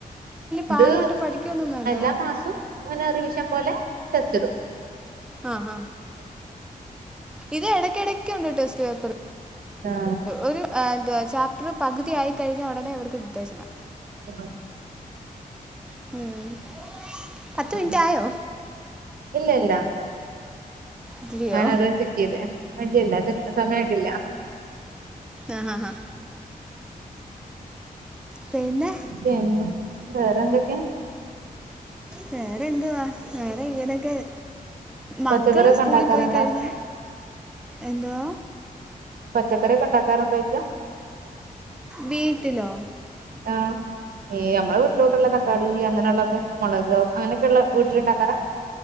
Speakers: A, in the centre; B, on the right (about 75°).
A: പാടുപെട്ട്
B: ഇത്
A: പഠിക്കൊന്നും വേണ്ട
B: എല്ലാ മാസവും ഇങ്ങനെ റിവിഷൻ പോലെ ടെസ്റ്റിടും
A: അ ആ ഇത് ഇടക്ക ഇടക്കുണ്ട് ടെസ്റ്റ് പേപ്പർ
B: ആ
A: ഒരു എ ന്തുവാ ചാപ്റ്റർ പകുതി ആയിക്കഴിഞ്ഞ ഉടനെ ഇവർക്ക് ഡിറ്റേഷനാ
B: ആ
A: ഉം പത്ത്
B: ആ
A: മിനിറ്റ് ആയോ
B: ഇല്ലല്ല
A: ഇല്ലയോ
B: ഞാൻ അതന്ന ചെക്കിയ്തെ വണ്ടല്ല സമയായിട്ടില്ല
A: ആ ആ പിന്നെ
B: പിന്നെ വേറെ എന്തൊക്കെയാ
A: വേറെ എന്തുവാ നേരെ ഇങ്ങനൊക്കെ മക്കള്
B: പച്ചക്കറിയൊക്കെ
A: സ്കൂളി
B: ഉണ്ടാക്കാറുണ്ടോ
A: പോയി കഴിഞ്ഞ എന്തോ
B: പച്ചക്കറി ഒക്കെ ഉണ്ടാക്കാറണ്ടോയിക്ക
A: വീട്ടിലോ
B: ആ ഈ നമ്മടെ വീട്ടിലോട്ടുള്ള തക്കാളി അങ്ങനെയുള്ളൊക്കെ മുളക് അങ്ങനൊക്കെയള്ള വീട്ടില ഉണ്ടാക്കാറാ